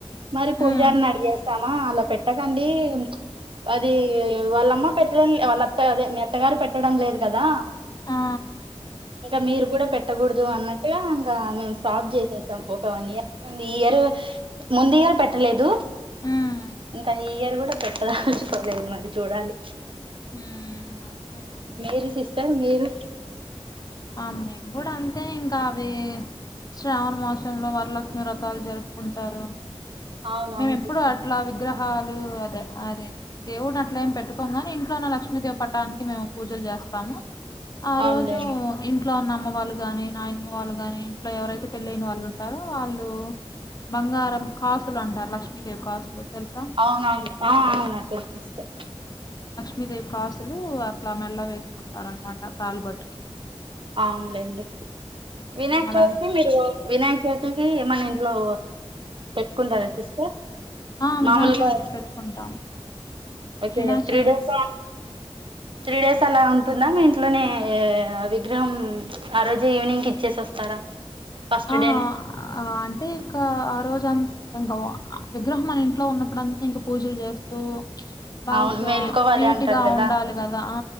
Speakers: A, on the right; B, on the left.
A: మరి పూజారిని
B: ఉమ్
A: అడిగేస్ రమా అలా పెట్టకండి అది వాళ్ళమ్మ పెట్టలే వాళ్ళ అత్తదే మీ అత్తగారు పెట్టడం లేదు కదా
B: ఆ
A: ఇంకా మీరు కూడా పెట్టకూడదు అన్నట్ ఇగ ఇంకా మేము స్టాప్ చేసేసాం ఒక వన్ ఇయర్ ఈ ఇయర్ ముందు ఇయర్ పెట్టలేదు
B: ఉమ్
A: ఇంకా ఈ ఇయర్ కూడా పెట్టదలుచుకోలేదు మరి చూడాలి
B: ఉమ్ అంతే
A: మీరు సిస్టర్ మీరు
B: ఆ మేము కూడా అంతే ఇంకా అవి శ్రావణ మాసంలో వరలక్ష్మి వ్రతాలు జరుపు ఉంటారు
A: అవునవును
B: మేము ఎప్పుడు
A: సిస్టర్
B: అట్లా విగ్రహాలు అదే అదే దేవుడు అట్లా ఏం పెట్టుకోము గాని ఇంట్లో ఉన్న లక్ష్మీదేవి పటానికి మేము పూజలు చేస్తాము ఆ
A: అవునులేండి
B: రోజు ఇంట్లో ఉన్న అమ్మ వాళ్ళు గాని నాయనమ్మ వాళ్ళు గాని ఇంట్లో ఎవరైతే పెళ్ళయిన వాళ్ళు ఉంటారో వాళ్ళు బంగారం కాసులు అంటారు లక్ష్మీదేవి కాసులు తెలుసా
A: అవునవును అవునా కనిపిస్తా
B: మీద కాసులు అట్లా మెల్లొ వేసుకుంటారు అనమాట తాలిబోట్టుకి
A: అవునులేండి వినాయక
B: అలా
A: చవితికి మీరు వినాయక చవితికి మన ఇంట్లో పెట్టుకుంటారా సిస్టర్
B: ఆ వినాయ
A: మామూలుగా
B: చవితికి పెట్టుకుంటాం
A: ఓకే
B: వినాచవితి
A: త్రీ డేస్ త్రీ డేస్ అలా ఉంటుందా మీట్ పుల్ల నే అవ్వి విగ్రహం ఆ రోజే ఈవినింగ్ కి ఇచ్చేసి వస్తారా ఫస్ట్
B: ఆ
A: డేనే
B: అంటే ఇంకా ఆ రోజంతా ఇంకా విగ్రహం మన ఇంట్లో ఉన్నప్పుడంతా ఇంకా పూజలు చేస్తూ బాగుసు
A: అవును మేల్కోవాలి
B: ఆ నీట్
A: అంటారు
B: గా
A: కదా
B: ఉండాలి కదా ఆ